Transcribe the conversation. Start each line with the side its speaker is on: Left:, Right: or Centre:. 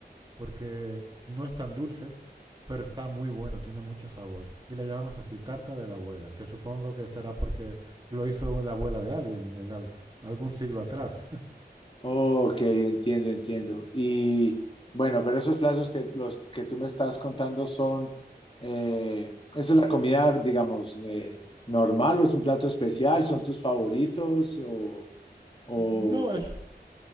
Right: porque no es tan dulce, pero está muy bueno, tiene mucho sabor. Y le llamamos así tarta de la abuela, que supongo que será porque lo hizo la abuela de alguien en al- algún siglo atrás. <laughs>
Left: Ok, entiendo, entiendo. Y bueno, pero esos plazos que los que tú me estás contando son, eh, ¿esa es la comida, digamos, eh, normal o es un plato especial? ¿Son tus favoritos o, o
Right: No, es,